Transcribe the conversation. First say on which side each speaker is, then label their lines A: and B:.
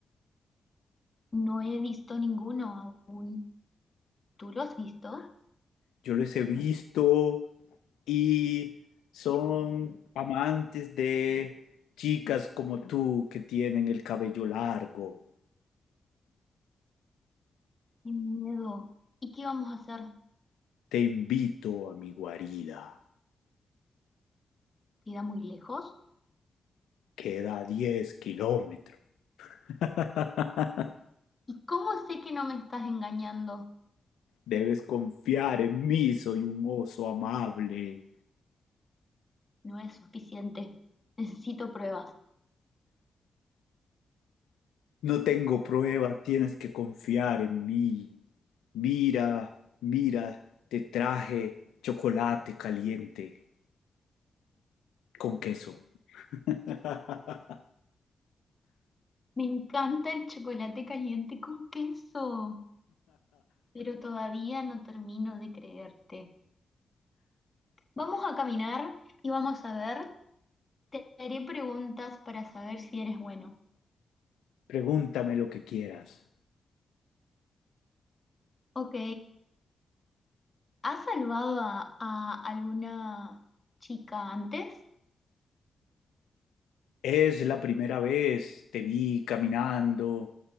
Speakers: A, on the left (about 25°); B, on the left (about 80°).
A: No he visto ninguno aún. ¿Tú lo has visto?
B: Yo les he visto y son amantes de chicas como tú que tienen el cabello largo.
A: Qué miedo. ¿Y qué vamos a hacer?
B: Te invito a mi guarida.
A: ¿Queda muy lejos?
B: Queda 10 kilómetros. <laughs>
A: ¿Y cómo sé que no me estás engañando?
B: Debes confiar en mí, soy un oso amable.
A: No es suficiente. Necesito pruebas.
B: No tengo pruebas, tienes que confiar en mí. Mira, mira, te traje chocolate caliente con queso. <laughs>
A: Me encanta el chocolate caliente con queso. pero todavía no termino de creerte. Vamos a caminar y vamos a ver. Te haré preguntas para saber si eres bueno.
B: Pregúntame lo que quieras.
A: Ok, ¿has salvado a, a alguna chica antes?
B: Es la primera vez te vi caminando